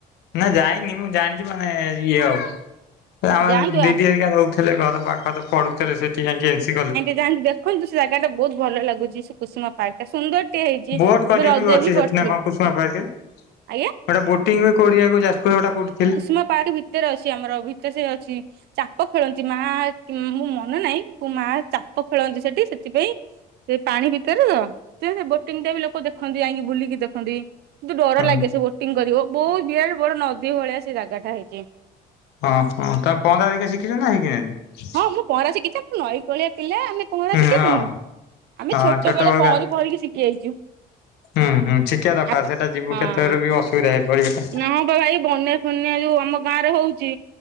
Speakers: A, on the left; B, on the right.
A: ନାଁ ଯାଇନି ମୁଁ ଜାଣିଛି ମାନେ ଇଏ ଆଉ। ଆମର
B: ଯାଆନ୍ତୁ ଆ
A: ଦିଦି ହେରିକା ରହୁଥିଲେ ଘର ପାଖରେ ପଢୁଥିଲେ ସେଠି ଯାଇକି ଏନ୍ସି କଲେ
B: ଯଇକି ଦେଖନ୍ତୁ ସେ ଜାଗା ଟା ବହୁତ୍ ଭଲ ଲାଗୁଛି ସୁ କୁସୁମା ପାର୍କ ଟା ସୁନ୍ଦର ଟେ ହେଇଛି
A: ବୋଟ
B: ଏବେ
A: କରିବାକୁ
B: ରଜ
A: ଅଛି
B: ବି
A: ସେଠି
B: ପଡିଥିଲା
A: ନା କଣ କୁସୁମା ପାର୍କରେ
B: ଆଜ୍ଞା?
A: ଗୋଟେ ବୋଟିଂ ବି କରିବାକୁ ଯାଜପୁରେ ଗୋଟା କୋଉଥି ଥିଲା?
B: ମା ପାରି ଭିତରେ ଅଛି ଆମର ଭିତରେ ସେ ଅଛି ଚାପ ଖେଳନ୍ତି ମା ମୁଁ ମନେ ନାହିଁ। କୁ ମା ଚାପ ଖେଳନ୍ତି ସେଠି ସେଥିପାଇଁ ସେ ପାଣି ଭିତରେ ତ ସେ ବୋଟିଙ୍ଗ ଟା ବି ଲୋକ ଦେଖନ୍ତି ଯାଇକି ବୁଲିକି ଦେଖନ୍ତି। କିନ୍ତୁ ଡର
A: ହଁ
B: ଲାଗେ ସେ ବୋଟିଂ କରିବ ବହୁତ୍ ବିରାଟ ବଡ ନଦୀ ଭଳିଆ ସେ ଜାଗାଟା ହେଇଛି।
A: ହଁ ହଁ ତମେ ପହଁରା ହେରିକା ଶଖିଛ ନା ହି <unintelligible>
B: ହଁ ମୁଁ ପହଁରା ଶିଖିଛି ନଇ କୁଳିଆ ପିଲା ଆମେ ପହଁରା
A: ହଁ
B: ଶିଖିବୁନୁ?
A: ହଁ
B: ଆମେ
A: ହଁ
B: ଛୋଟ ବେଳେ
A: ବେଳୁ
B: ପହଁରି
A: କା
B: ପହଁରିକି ଶିଖି ଯାଇଛୁ।
A: ହୁଁ ହୁଁ ଶିଖିବା ଦରକାର
B: ଆପ
A: ସେଟା ଯିବୁ
B: ହଁ
A: କେତବେଳେ ବି ଅସୁବିଧା ପଡିବ
B: ନା ହଁ ବା ଭାଇ ବନ୍ୟା ଫନ୍ୟା ଯୋଉ ଆମ ଗାଁ ରେ ହଉଛି